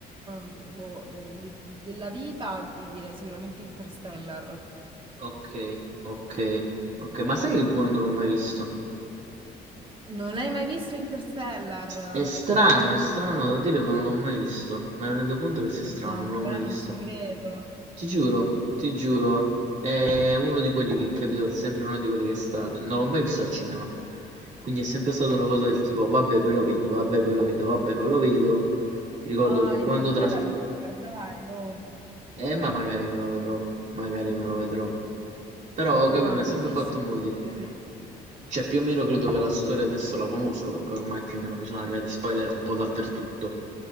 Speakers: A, on the right (about 30°); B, on the right (about 45°).
A: boh, di- della vita, ti direi sicuramente Interstellar.
B: Okay, okay, okay. Ma sai che quello non l'ho mai visto?
A: Non l'hai mai visto Interstellar?
B: È strano, è strano da dire ma non l'ho mai visto. Me ne rendo conto che sia strano,
A: No,
B: ma non
A: vabbè,
B: l'ho mai visto.
A: non ci credo.
B: Ti giuro, ti giuro, è uno di quelli che capito, sempre uno di quelli che è stato. Non l'ho mai visto al cinema. Quindi è sempre stata una cosa del tipo, vabbè, poi lo vedo, vabbè, poi lo vedo, vabbè, poi lo vedo. Ricordo
A: No,
B: che
A: Interstellar
B: quando tras-
A: lo devi guardare, oh.
B: eh, ma magari me lo vedrò, magari me lo vedrò. Però, capì,
A: No,
B: mi
A: è
B: ha
A: bellissimo.
B: sempre fatto mo' dire.
A: <laughs> Non dovresti.
B: Cioè, più o meno credo che la storia adesso la conosco, perché ormai più o meno mi sono arrivati spoiler un po' dappertutto.